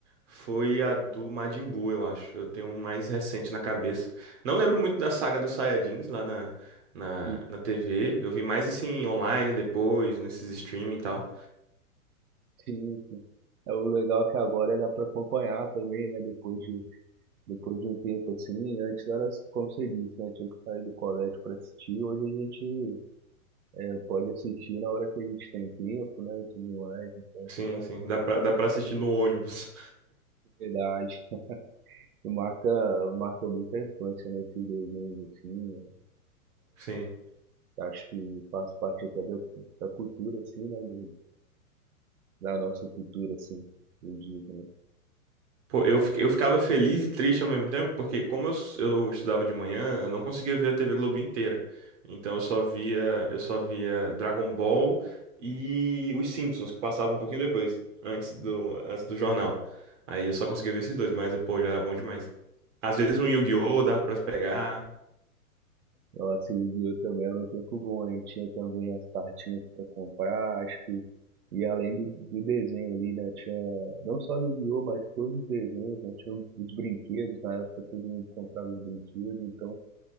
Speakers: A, on the right; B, on the right.
A: foi a do Majin Buu, eu acho. Eu tenho um mais recente na cabeça. Não lembro muito da saga dos Saiyajins lá na, na,
B: E,
A: na TV. Eu vi mais assim online depois, nesses streaming e tal.
B: sim, sim. É o legal é que agora dá para acompanhar também, né? Depois de Depois de um tempo, assim, antes era, como você disse, né? Tinha que sair do colégio para assistir. Hoje a gente é, pode assistir na hora que a gente tem tempo, né? E tudo mais, né,
A: Sim,
B: é
A: sim. Dá pra, dá pra assistir no ônibus.
B: verdade. E Marca, marca muito a infância, né? Esses desenhos, assim.
A: <laughs> Sim.
B: é. Acho que faz parte até da, da cultura, assim, né? do- Da nossa cultura, assim, eu digo, né?
A: Pô, eu, fi- eu ficava feliz e triste ao mesmo tempo, porque como eu, s- eu estudava de manhã, eu não conseguia ver a TV Globo inteira. Então eu só via, eu só via Dragon Ball e os Simpsons, que passavam um pouquinho depois, antes do, antes do jornal. Aí eu só conseguia ver esses dois, mas, pô, já era bom demais. Às vezes um Yu-Gi-Oh! dava pra se pegar.
B: Nossa, Yu-Gi-Oh! também era um tempo bom, hein? Tinha também as cartinhas pra comprar, acho que, e além do, do desenho ali, né? Tinha não só Yu-Gi-Oh! mas todos os desenhos, né? Tinha os brinquedos, na época todo mundo comprava os brinquedos, então